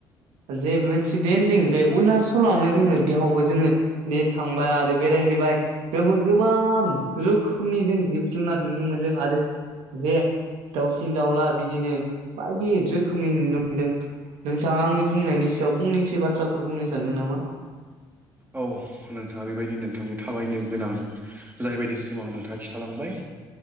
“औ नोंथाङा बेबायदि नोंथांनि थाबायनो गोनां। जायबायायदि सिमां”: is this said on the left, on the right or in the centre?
Right